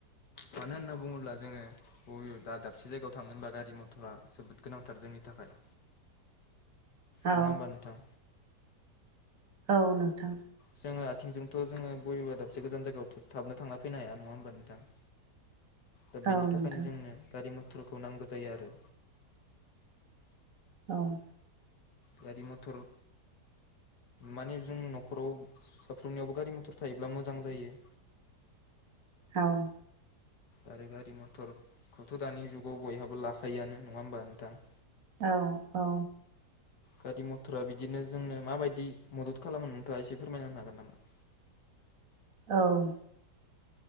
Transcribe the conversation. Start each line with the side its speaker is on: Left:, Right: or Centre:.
Left: मानो होनना बुङोब्ला जोङो बबे दा दाबसे जायगायाव थांनो होनबा गारि मथरा जोबोद गोनांथार जोंनि थाखाय
Right: औ
Left: नङा होमबा नोंथां
Right: औ नोंथां
Left: जोङो आथिंजोंथ' जोङो बबेबा दाबसे गोजान जायगायाव थाबनो थांना फैनो हाया नङा होनबा नोंथां।
Right: <inaudible>
Left: दा बेनि थाखायनो
Right: नोंथां
Left: जोंनो गारि मथरखौ नांगौ जायो आरो।
Right: औ
Left: गारि मथर माने जों न'खराव साफ्रोमनियावबो गारि मथर थायोब्ला मोजां जायो।
Right: औ
Left: आरो गारि मथरखौथ' दानि जुगाव बयहाबो लाखायोआानो नङा होमबा नोंथां।
Right: औ औ
Left: गारि मथरा बिदिनो जोंनो माबायदि मदद खालामो नोंथाङा एसे फोरमायना होनो हागोन नामा?
Right: औ